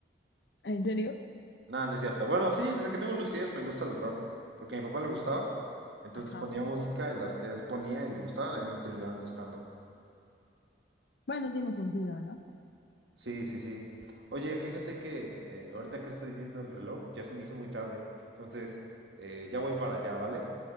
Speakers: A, on the left (about 75°); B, on the right (about 85°).
A: ¿En serio?
B: No, no es cierto. Bueno, sí, desde que tengo lucidez me gusta el rock, porque a mi papá le
A: Ok.
B: gustaba. Entonces
A: Ajá.
B: ponía música y las que él ponía y le gustaban, a mí me terminaban gustando.
A: Bueno, tiene sentido, ¿no?
B: Sí, sí, sí. Oye, fíjate que eh, ahorita que estoy viendo el reloj, ya se me hizo muy tarde. Entonces, eh, ya voy para allá, ¿vale?